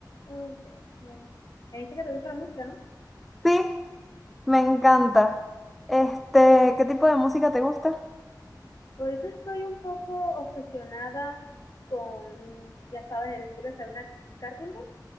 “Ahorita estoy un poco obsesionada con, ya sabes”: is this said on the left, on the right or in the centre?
Left